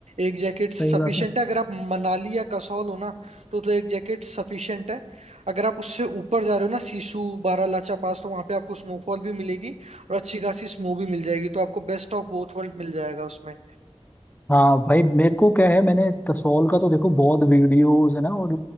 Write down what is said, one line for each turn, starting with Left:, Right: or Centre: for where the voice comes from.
Right: एक जैकेट सफिशिएंट
Left: सही बात है
Right: है अगर आप मनाली या कसौल हो ना तो तो एक जैकेट सफिशिएंट है अगर आप उससे ऊपर जा रहे हो ना सिसु बारालाचा पास तो वहां पे आपको स्नोफॉल भी मिलेगी और अच्छी खासी स्नो भी मिल जाएगी तो आपको बेस्ट ऑफ बोथ वर्ल्ड मिल जाएगा उसमें
Left: हाँ भाई मेरे को क्या है मैंने कसौल का तो देखो बहुत वीडियोस है ना और